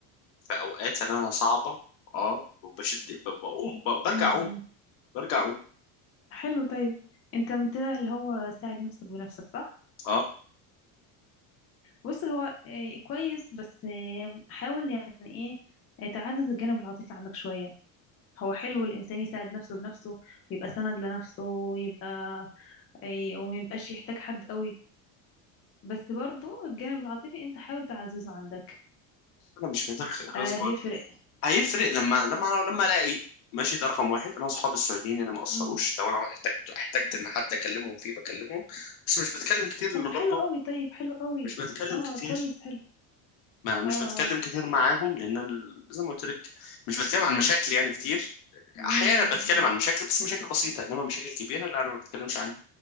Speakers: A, on the left; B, on the left.
A: في أوقات أنا صعبة أه وبشد ب- بقوم ب- برجع
B: مم.
A: أقوم برجع أقوم
B: حلو طيب انت متابع اللي هو ساعد نفسك بنفسك صح
A: أه
B: بص هو آه، كويس بس آه، حاول يعني ايه آه، تعزز الجانب العاطفي عندك شوية هو حلو الانسان يساعد نفسه بنفسه يبقى سند لنفسه ويبقى آه، وميبقاش يحتاج حد قوي بس برضو الجانب العاطفي انت حاول تعززه عندك
A: أنا مش محتاج غصب
B: آه هيفرق
A: عني هيفرق لما لما لما ألاقي ماشي ده رقم واحد أنا صحابي السعوديين أنا ما قصروش
B: مم.
A: لو أنا احتجت احتجت إن حد أكلمهم فيه بكلمهم بس مش بتكلم كتير
B: طب
A: لأن
B: حلو
A: برضه
B: قوي طيب حلو قوي
A: مش بتكلم
B: اه
A: كتير
B: كويس حلو
A: ما مش
B: اه اه
A: بتكلم كتير معاهم لان ال- زي ما قلت لك مش بتكلم عن مشاكل يعني كتير
B: مم،
A: احيانا
B: مم،
A: بتكلم
B: مم.
A: عن مشاكل بس مشاكل بسيطه انما مشاكل كبيره لا انا ما بتكلمش عنها